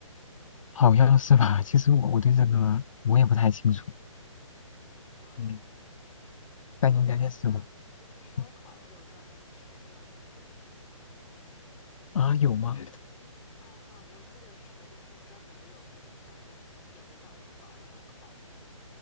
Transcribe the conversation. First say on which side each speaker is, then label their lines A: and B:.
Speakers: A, on the left; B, on the left.
A: 好像是吧？其实我我对这个我也不太清楚，
B: 哦，
A: 嗯，
B: 我们这好像就是烧烤有专门吃这个部位的。
A: 但应该是吧？嗯啊，有吗？
B: 哦，好，我记得是的，就是专门有那种掌中点的掌中宝，然后烤。